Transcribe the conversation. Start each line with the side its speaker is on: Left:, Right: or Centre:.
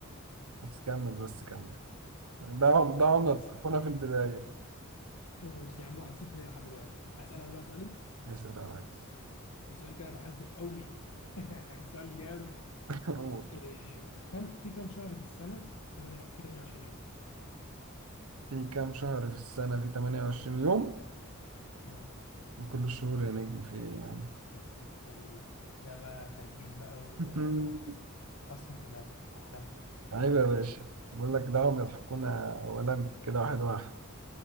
Right: بس كمل بس كمل ده عم ده عملة
Left: بص
Right: بتكونها في البداية
Left: ماشي يا عم واحد صفر ليه لحد دلوقتي اسال انا بقى سؤالي
Right: اسأل يا ريس
Left: في سؤال كده بحبه قوي <laughs> سؤال جامد
Right: <laughs> أول
Left: إيه كم في كم شهر في السنه في 8 في 28 يوم
Right: في كام شهر في السنة في 28 يوم
Left: آه،
Right: من كل الشهور يا نجم في إيه
Left: يا ابن الدولي ده بقى تركيز بقى و-
Right: يعني
Left: وحسن
Right: <laughs>
Left: حسن انتباه عالمي
Right: عيب يا باشا بقول لك دعهم يضحكونا اولا كده واحد واحد